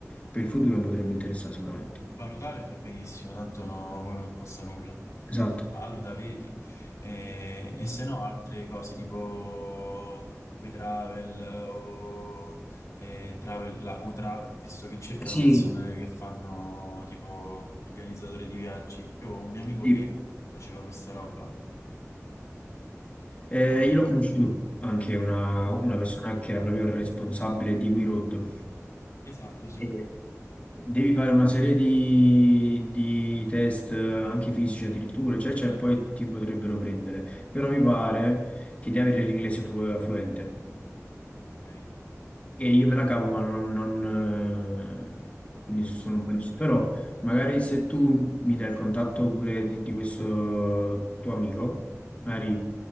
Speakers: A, on the left (about 25°); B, on the left (about 70°).
A: per il futuro mi potrebbe interessare sicuramente.
B: A valutare fai benissimo, tanto no- non costa nulla.
A: Esatto.
B: Valuta, vedi. E, e se no, altre cose tipo WeTravel o eh, Travel, la- UTravel, ho visto che cercano
A: Sì,
B: persone che fanno tipo organizzatore di viaggi. Io avevo un mio amico
A: sì.
B: che faceva questa roba.
A: Eh,
B: Quello non...
A: io l'ho conosciuto anche una,
B: Mm.
A: una persona che era proprio il responsabile di We Road.
B: Esatto, sì.
A: E Devi fare una serie di, di test, eh, anche fisici addirittura, eccetera, eccetera, e poi ti potrebbero prendere. Però mi pare che devi avere l'inglese flu- fluente.
B: Ok,
A: che io me la cavo, ma non, non, eh, quindi
B: non
A: sono
B: così tanto.
A: un po' indeciso. Però magari se tu mi dai il contatto pure di, di questo tuo amico,
B: Mhm.
A: magari